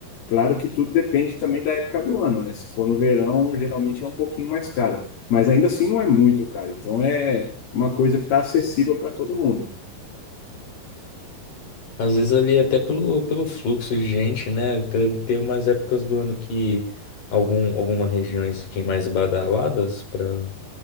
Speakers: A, on the left (about 80°); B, on the left (about 60°).
A: Claro que tudo depende também da época do ano, né? Se for no verão, geralmente é um pouquinho mais caro, mas ainda assim não é muito caro. Então é uma coisa que está acessível para todo mundo.
B: Às vezes ali até pelo, pelo fluxo de gente, né? Deve ter umas épocas do ano que algum, alguma regiões fiquem mais badaladas para